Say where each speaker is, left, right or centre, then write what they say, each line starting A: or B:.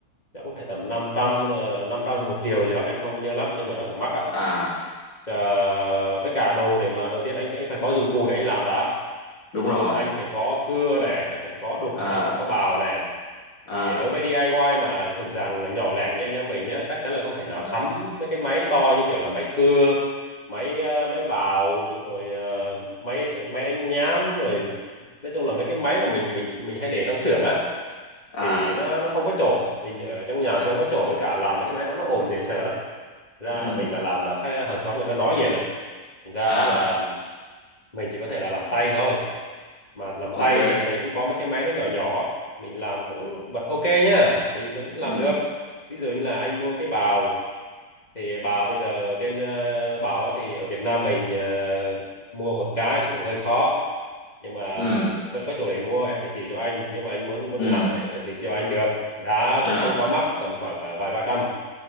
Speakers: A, on the left; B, on the left.
A: chắc cũng phải tầm năm trăm ờ, 500 một triệu gì đó em không nhớ lắm nhưng mà nó cũng mắc á
B: à
A: Ờ, với cả đồ để mà đầu tiên anh anh phải có dụng cụ để anh làm đã ví
B: đúng
A: dụ
B: rồi
A: là anh phải có cưa này anh phải có đục
B: à
A: này anh phải có bào này
B: à
A: thì đối với DIY mà thuộc dạng nhỏ lẻ như anh em mình nhá chắc chắn là không thể nào
B: à
A: sắm mấy cái máy to như kiểu là máy cưa máy ờ, máy bào rồi ờ, máy máy đánh nhám rồi nói chung là mấy cái máy mà mình mình mình hay để trong xưởng á
B: à
A: thì nó nó không có chỗ mình ở trong nhà thì không có chỗ với cả làm mấy cái máy đó nó ồn dễ sợ lắm ra
B: ừ
A: mình mà làm là khách hàng xóm người ta nói liền á thành ra
B: à
A: là mình chỉ có thể là làm tay thôi mà làm
B: ok
A: tay thì mình cũng có mấy cái máy nó nhỏ nhỏ mình làm cũng vẫn ok nhá mình vẫn làm
B: ừ
A: được ví dụ như là anh mua cái bào thì bào bây giờ trên ờ, bào thì ở Việt Nam mình ờ, mua một cái thì cũng hơi khó nhưng mà
B: ừ
A: vẫn có chỗ để mua em phải chỉ cho anh nếu mà anh muốn muốn
B: ừ
A: làm thì em phải chỉ cho anh được giá
B: à
A: cũng không quá mắc tầm khoảng à, vài ba trăm